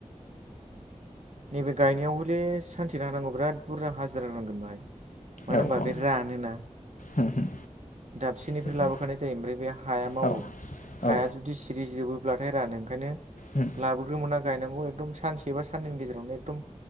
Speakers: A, on the right; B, on the left.
A: नैबे गायनायाव हले सान्थिना होनानांगौ बिराद बुरजा हाजिरा नांगोन बाहाय मानो
B: औ
A: होनबा
B: औ
A: बे रानोना
B: उम उम
A: दाबसेनिफ्राय
B: बेखौ
A: लाबोखानाय जायो ओमफ्राय बे हाया मावो
B: औ
A: हाया
B: औ
A: जुदि सिरि जोबो जाब्लाथाय रानो ओंखायनो
B: उम
A: लाबोग्रोमोना गायनांगौ एकदम सानसे एबा साननैनि गेजेरावनो एकदम